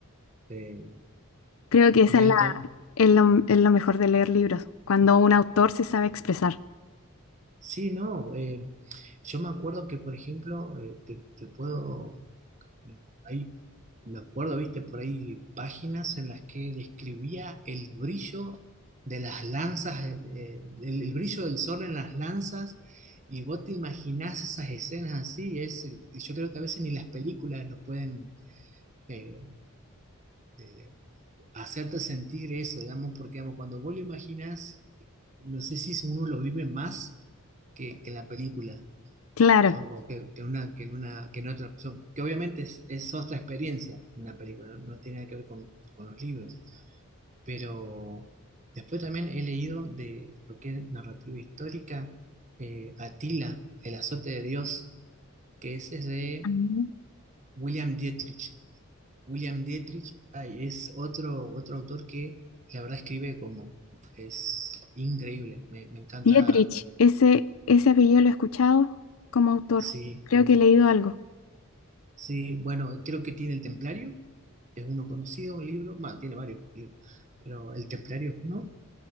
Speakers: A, on the right; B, on the left.
A: eh,
B: Creo que esa
A: de
B: es
A: él
B: la,
A: tam-
B: es lo, es lo mejor de leer libros, cuando un autor se sabe expresar.
A: Sí, no. eh, yo me acuerdo que, por ejemplo, eh, te, te puedo Ahí me acuerdo, viste, por ahí páginas en las que describía el brillo de las lanzas, eh, eh, el, el brillo del sol en las lanzas, y vos te imaginás esas escenas así, y es, y yo creo que a veces ni las películas nos pueden eh, de- hacerte sentir eso, digamos, porque digamos, cuando vos lo imaginás, no sé si uno lo vive más que, que la película
B: Claro.
A: o, o que, que una, que, en una, que en otra opción. Que obviamente es, es otra experiencia una película, no, no tiene nada que ver con, con los libros. Pero después también he leído de lo que es narrativa histórica, eh, Atila, El azote de Dios, que ese es de
B: Ah.
A: William Dietrich. William Dietrich ay, es otro, otro autor que la verdad escribe como es increíble, me, me encanta,
B: Dietrich, ese, ese apellido lo he escuchado como autor.
A: sí,
B: Creo que he leído algo.
A: Sí, bueno, creo que tiene el Templario, es uno conocido, un libro, más, tiene varios libros, pero el Templario es uno,